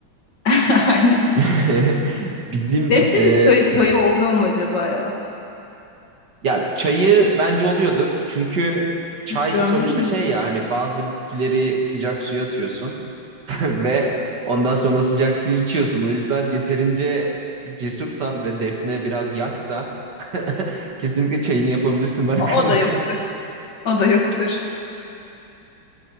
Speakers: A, on the left (about 60°); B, on the right (about 55°).
A: <laughs> Aynen.
B: <laughs> Bizim
A: Defnenin
B: e,
A: çayı, çayı oluyor mu acaba ya?
B: ya çayı
A: Yok
B: bence oluyordur. Çünkü çay
A: görmedim
B: sonuçta
A: mi?
B: şey ya hani bazı bitkileri sıcak suya atıyorsun. <laughs> Ve ondan sonra sıcak suyu içiyorsun. O yüzden yeterince cesursan ve Defne biraz yaşsa <laughs> kesinlikle çayını yapabilirsin bana
A: O,
B: kalırsa.
A: o da yapılır. O da yapılır.